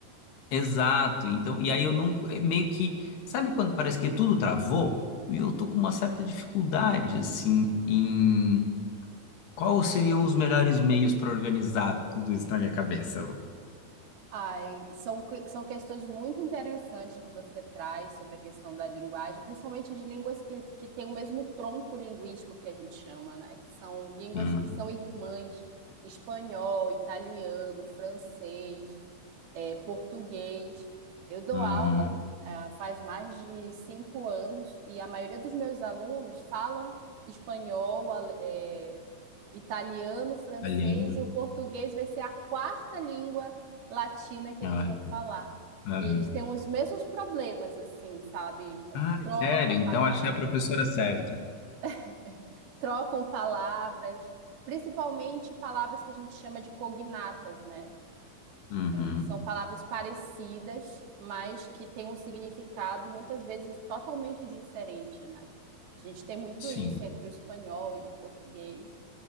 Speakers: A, on the left (about 75°); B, on the right (about 70°).
A: Exato, então, e aí eu nunca, é meio que, sabe quando parece que tudo travou? E eu tô com uma certa dificuldade, assim, em Quais seriam os melhores meios para organizar tudo isso na minha cabeça?
B: Ai, são, que- são questões muito interessantes que você traz sobre a questão da linguagem, principalmente de línguas que, que têm o mesmo tronco linguístico que a gente chama, né? Que são línguas
A: Hum,
B: que são irmãs, espanhol, italiano, francês é, português. Eu dou
A: uhum,
B: aula, ah, faz mais de cinco anos e a maioria dos meus alunos falam espanhol, ale- é, italiano, francês
A: olhei.
B: e o português vai ser a quarta língua latina que eles
A: Ah,
B: vão falar.
A: uhum.
B: E eles têm os mesmos problemas, assim, sabe?
A: Ah,
B: Trocam
A: sério? Então
B: palavras,
A: achei a professora certa.
B: <laughs> trocam palavras, principalmente palavras que a gente chama de cognatas, né?
A: Uhum,
B: São palavras parecidas, mas que têm um significado muitas vezes totalmente diferente, né? A gente tem muito
A: sim.
B: isso entre o espanhol e o português.